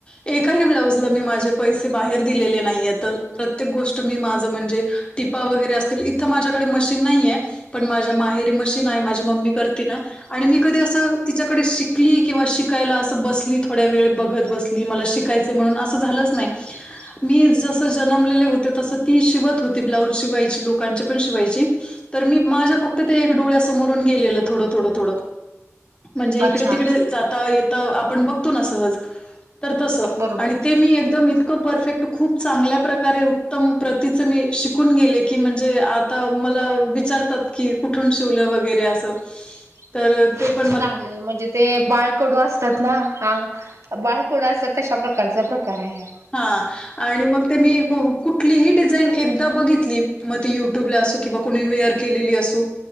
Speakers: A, on the left; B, on the right.
A: एकाही ब्लाउजला मी माझे पैसे ते बाहेर दिलेले नाहीयत तर प्रत्येक गोष्ट मी माझं म्हणजे टिपा वगैरे असतील इथं माझ्याकडे मशीन नाहीये पण माझ्या माहेरी मशीन आहे माझी मम्मी करते ना. आणि मी कधी असं तिच्याकडे शिकली किंवा शिकायला असं बसली थोड्या वेळ बघत बसली मला शिकायच म्हणून असं झालंच नाही
B: <unintelligible>
A: मी जसं जन्मलेले होते तसं ती शिवत होती ब्लाऊज शिवायची लोकांची पण शिवायची तर मी माझ्या फक्त ते एक डोळ्यासमोरून गेलेलं थोडं-थोडं-थोडं म्हणजे इकडे
B: अच्छा
A: तिकडे जाता येता आपण बघतो ना सहज तर त
B: बरोबर
A: आणि ते मी एकदम इ इतक परफेक्ट खूप चांगल्या प्रकारे उत्तम प्रतीच मी शिकून गेले की म्हणजे आ आता मला विचारतात की कुठून शिवलं वगैरे असं
B: <unintelligible>
A: तर ते प
B: चांगले म्हणजे ते बाळकडू अस असतात ना बाळकुड असत तशा प्रकारचा प्रकार आहे हा
A: हा आणि मग ते मी कुठलीही डिझाईन एकदा बघितली मग त युट्यूबला असो किंवा कोणी वेअर केलेली असू